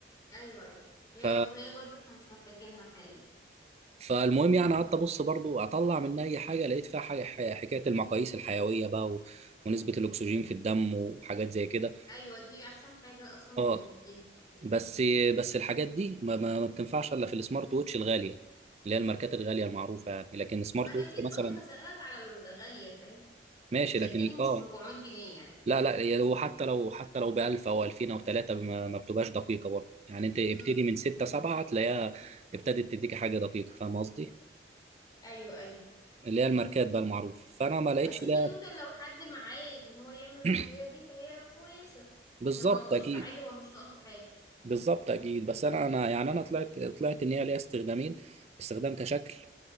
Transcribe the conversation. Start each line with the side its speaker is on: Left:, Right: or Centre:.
Left: ايوه ايوه هي
Right: ف
Left: رفاهيه برضه احنا مش محتاجينها حاليا
Right: فالمهم يعني قعدت ابص برضه اطلع منها اي حاجه لقيت فيها حاجه ح- حكايه المقاييس الحيويه بقى و... ونسبه الاكسجين في الدم وحاجات زي كده
Left: ايوه دي احسن حاجه اصلا
Right: اه
Left: ب- فيها
Right: بس بس الحاجات دي ما, ما ما بتنفعش الا في السمارت ووتش الغاليه اللي هي الماركات الغاليه المعروفه يعني لكن سمارت
Left: ما انا
Right: ووتش
Left: اكيد
Right: مثلا
Left: قصدي بسالك على الغاليه فاهم
Right: ماشي
Left: مش
Right: لكن
Left: اكيد مش
Right: اه
Left: ب 400 جنيه يعني
Right: لا لا يعني هو حتى لو حتى لو ب 1000 او 2000 او 3 ما, ما بتبقاش دقيقه برضه يعني انت ابتدي
Left: امم
Right: من 6 7 هتلاقيها ابتدت تديك حاجه دقيقه فاهم قصدي
Left: ايوه ايوه
Right: اللي هي الماركات بقى المعروف فانا ما لقيتش
Left: بس كتوتال
Right: ده
Left: لو حد معاه ان هو يعمل الرقيه
Right: <clears throat>
Left: دي فهي كويسه
Right: بالظبط
Left: لو معهوش
Right: اكيد
Left: فعادي هو مش ناقصه حاجه
Right: بالظبط اكيد بس انا انا يعني انا طلعت طلعت ان هي ليها استخدامين استخدام كشكل